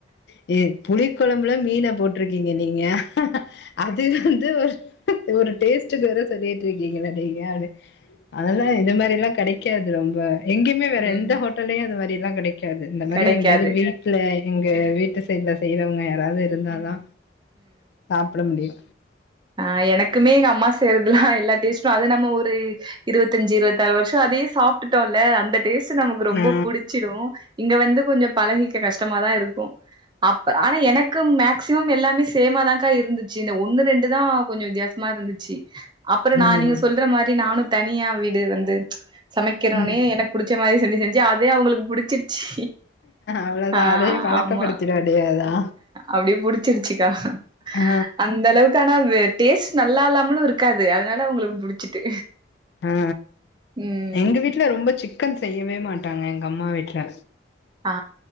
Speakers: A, on the left (about 65°); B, on the right (about 25°).
A: <inaudible> ஏ புளி கொழம்புல மீன போட்ருக்கீங்க நீங்க அது வந்து ஒரு ஒரு டேஸ்ட்க்கு வேற சொல்லிட்ருக்கீங்களா நீங்கனு அததா இத மாதிரிலா கெடைக் கிடைக்காது ரொம்ப எங்கயுமே வேற
B: ம்
A: எந்த ஹோட்டலையு அது மாரிலா கிடைக்காது இந்த மாரி
B: கெடைக்காது
A: எங்கயாவது வீ இல்ல எங்க வீட்டு சைட்ல செய்யறவங்க யாராவது இருந்தா தா சாப்ட முடியு
B: அ எனக்குமே எங்க அம்மா செய்றதுலா எல்லா டேஸ்ட்டு அது நம்ம ஒரு இருவத்தஞ்சு இருவத்தி ஆறு வருஷ அதே சாப்ட் விட்டோல்ல அந்த டேஸ்ட் நமக்கு ரொம்ப
A: ஆ
B: புடிச்சிடு இங்க வந்து கொஞ்ச பழகிக்க கஷ்டமா தா இருக்கு அப்ப ஆனா எனக்கு மேக்சிமம் எல்லாமே சேமா தான்கா இருந்துச்சு இந்த ஒன்னு ரெண்டு தா கொஞ்ச வித்தியாச மாரி இருந்துச்சு அப்பற
A: ம்
B: நா நீங்க சொல்ற மாரி நானும் தனியா வீடு வந்து சமைக்கிறோனே
A: ம்
B: எனக்கு புடிச்ச மாரி செஞ்சு செஞ்சு அதே அவங்களுக்கு புடிச்சி
A: அவ்ளோதா
B: அ
A: அதையு பழக்கப்படுத்திட
B: ஆமா
A: வேண்டியதா
B: அப்டியே புடிச்சிருச்சு ஹ அந்
A: ஆ
B: அந்த அளவுக்கு ஆனா அது டேஸ்ட் நல்லா இல்லாமலு இருக்காது அதனால அவங்களுக்கு புடிச்சிட்டு
A: அ
B: ம்
A: எங்க வீட்ல ரொம்ப சிக்கன் செய்யவே மாட்டாங்க எங்க அம்மா வீட்ல
B: ஆ